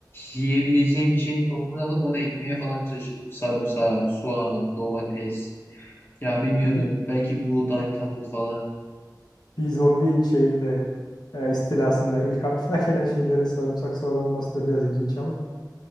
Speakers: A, on the left (about 30°); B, on the left (about 70°).
A: yiyebileceğim bir şeyin tohumunu alıp onu ekmeye falan çalışırım. Sarımsak, soğan, domates. Ya bilmiyorum
B: Bir,
A: belki buğday, tahıl falan.
B: bir zombi şeyinde e, istilasında ilk aklına <laughs> gelen şeylerin sarımsak soğan olması da biraz ilginç ama